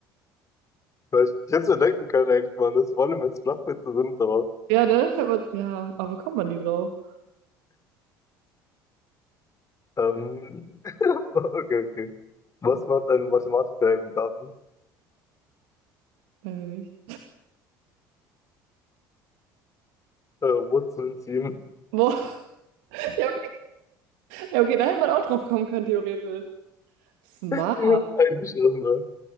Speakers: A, on the left; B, on the right.
A: weil ich hätte mir denken können, eigentlich, man, das vor allem, wenn es Flachwitze sind, aber.
B: Ja, ne? Hätte Ja, aber kommt man die drauf?
A: Ähm, <laughs> okay, okay. Was macht ein Mathematiker im Garten?
B: Weiß ich nicht.
A: Äh, Wurzeln ziehen.
B: Boah, <laughs> ja, ja, okay, da hätte man auch drauf kommen können, theoretisch. Smart,
A: <laughs> Eingeschlossen, ne?